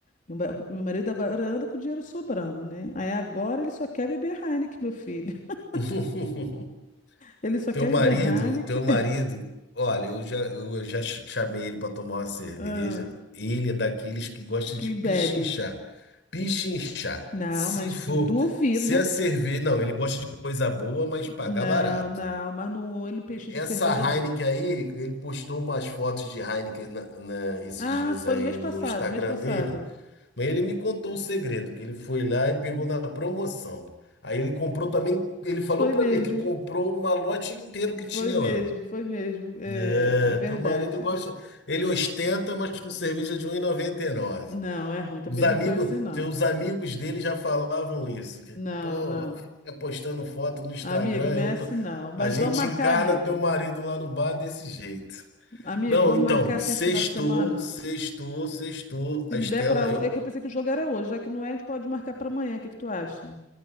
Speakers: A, on the left; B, on the left.
A: Meu, ba- meu marido agora anda com o dinheiro sobrando, né? Aí agora ele só quer beber Heineken, meu filho. <laughs>
B: <laughs>
A: Ele só
B: Teu
A: quer beber
B: marido,
A: Heineken,
B: teu marido, olha, eu já, eu já ch- chamei ele para tomar uma cerveja.
A: <laughs> ah,
B: Ele é daqueles que gosta
A: que
B: de pichinchar.
A: bebe.
B: Pichinchar.
A: Não,
B: Se
A: mas
B: for,
A: duvido.
B: se a cerveja. Não, ele gosta de coisa boa, mas
A: Não,
B: pagar barato.
A: não, mas não, ele não pechincha
B: Essa
A: cerveja,
B: Heineken
A: não.
B: aí, ele postou umas fotos de Heineken na, na- esses
A: Ah,
B: dias
A: foi
B: aí
A: no mês passado,
B: no Instagram
A: mês passado.
B: dele. Mas ele me contou o segredo, que ele foi lá e pegou na promoção. Aí ele comprou também, ele falou
A: Foi
B: pra
A: mesmo,
B: mim que comprou um malote inteiro que
A: foi
B: tinha
A: mesmo,
B: lá.
A: foi mesmo. É,
B: É,
A: é verdade.
B: teu marido gosta, ele ostenta, mas com cerveja de 1,99.
A: Não, é ruim, também
B: Os amigos,
A: não foi assim, não.
B: teus amigos dele já falavam isso. que,
A: Não,
B: Pô,
A: não.
B: fica postando foto no Instagram,
A: Amigo, não
B: eu
A: é assim
B: tô-
A: não. Mas
B: a gente
A: vamos marcar,
B: encarna
A: amigo.
B: teu marido lá no bar desse jeito.
A: Amigo,
B: Não,
A: vamos
B: então,
A: marcar assim
B: sextou,
A: esse final de semana.
B: sextou, sextou.
A: Se
B: A
A: não
B: Estela,
A: der pra
B: eu,
A: hoje. É que eu pensei que o jogo era hoje, já que não é, a gente pode marcar pra amanhã. O que que tu acha?